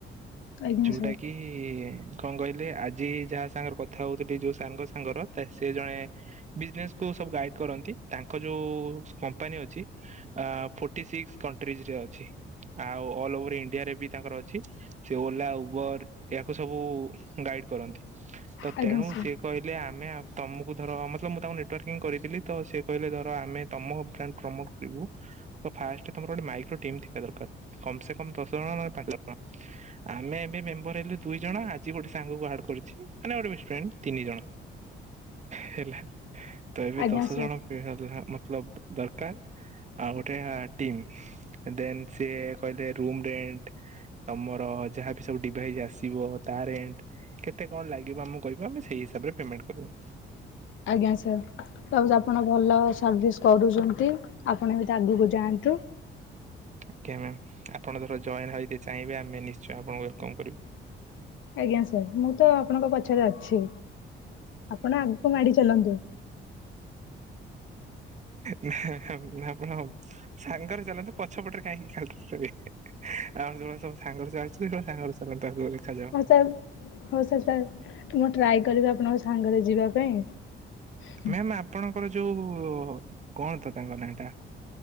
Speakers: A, on the left; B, on the right.
A: ଆଜ୍ଞା
B: ଯୋଉଟା
A: ସାର୍
B: କି କି-ଇ କଣ କହିଲେ, ଆଜି ଯାହା ସାଙ୍ଗରେ କଥା ହଉଥିଲି, ଯୋଉ ସାଙ୍ଗ ସାଙ୍ଗର ତା ସେ ଜଣେ ବିଜ୍ନେସ୍ କୁ ସବୁ ଗାଇଡ୍ କରନ୍ତି, ତାଙ୍କ ଯୋଉ-ଉ କମ୍ପାନୀ ଅଛି ଆ ଫୋର୍ଟି ସିକ୍ସ କଣ୍ଟ୍ରିଜ୍ ରେ ଅଛି, ଆଉ ଅଲ୍ ଓଭର ଇଣ୍ଡିଆରେ ବି ତାଙ୍କର ଅଛି। ସେ ଓଲା, ଉବର ୟାକୁ ସବୁ-ଉ ଗାଇଡ୍ କରନ୍ତି। ତ
A: ଆଜ୍ଞା
B: ତେଣୁ
A: ସାର୍
B: ସିଏ କହିଲେ ଆମେ ତମକୁ ଧର, ମତଲବ୍ ମୁଁ ତାଙ୍କୁ ନେଟୱାର୍କିଂ କରେଇଥିଲି, ତ ସେ କହିଲେ ଧର, ଆମେ ତମ ବ୍ରାଣ୍ଡ ପ୍ରମୋଟ୍ କରିବୁ। ଫାଷ୍ଟ ତମର ଗୋଟେ ମାଇକ୍ରୋ ଟିମ୍ ଥିବା ଦରକାର। କମ୍ ସେ କମ୍ ଦଶ ଜଣ, ନହେଲେ ପାଞ୍ଚ ଜଣ। ଆମେ ଏବେ ମେମ୍ବର ହେଲୁ ଦୁଇ ଜଣ। ଆଜି ଗୋଟେ ସାଙ୍ଗକୁ ଆଡ୍ କରିଛି, ମାନେ ଗୋଟେ ବେଷ୍ଟ ଫ୍ରେଣ୍ଡ ତିନି ଜଣ। ହେଲା, ତ ଏବେ
A: ଆଜ୍ଞା
B: ଦଶ
A: ସାର୍
B: ଜଣ ହେଲା ମତଲବ୍ ଦରକାର। ଆଉ ଗୋଟେ ଟିମ୍, ଦେନ୍ ସିଏ କହିଲେ ରୁମ ରେଣ୍ଟ ତମର ଯାହାବି ସବୁ ଡିଭାଇଜ୍ ଆସିବ ତା ରେଣ୍ଟ କେତେ କଣ ଲାଗିବ? ଆମକୁ କହିବ, ଆମେ ସେଇ ହିସାବରେ ପେମେଣ୍ଟ କରିବୁ।
A: ଆଜ୍ଞା ସାର୍। <unintelligible> ଆପଣ ଭଲ ସର୍ଭିସ୍ କରୁଛନ୍ତି, ଆପଣ ଏମିତି ଆଗୁକୁ ଯାଆନ୍ତୁ।
B: ଆଜ୍ଞା ମ୍ୟାମ୍, ଆପଣ ଧର ଜଏନ୍ ହଇତେ ଚାହିଁବେ, ଆମେ ନିଶ୍ଚୟ ଆପଣଙ୍କୁ ୱେଲକମ୍ କରିବୁ।
A: ଆଜ୍ଞା ସାର୍, ମୁଁ ତ ଆପଣଙ୍କ ପଛରେ ଅଛି। ଆପଣ ଆଗକୁ ମାଡି ଚାଲନ୍ତୁ।
B: ନା, ନା, ଆପଣ! ସାଙ୍ଗରେ ଚାଲନ୍ତୁ। ପଛପଟରେ କାହିଁକି ଖାଲିଟାରେ ଚଳିବେ। ଆଉ <unintelligible> ସବୁ ସାଙ୍ଗରେ ଚାଲିୁଛି <unintelligible> ସାଙ୍ଗରେ ଚାଲନ୍ତୁ ଆଗକୁ ଦେଖାଯାଉ।
A: ହଉ ସାର୍, ହଉ ସାର୍ ସାର୍, ମୁଁ ଟ୍ରାଏ କରିବି ଆପଣଙ୍କ ସାଙ୍ଗରେ ଯା ଯିବା ପାଇଁ
B: ମ୍ୟାମ୍ ଆପଣଙ୍କର ଯୋଉ କଣ ତ ତାଙ୍କ ନାଁ ଟା?